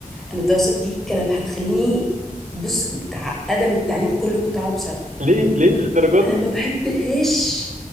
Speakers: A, in the centre; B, on the right.
A: انا الدراسات دي كانت هتخليني بص بتاع ادم التعليم كله كنت هقعد بسببها
B: ليه ليه للدرجة دي
A: انا ما بحبهاش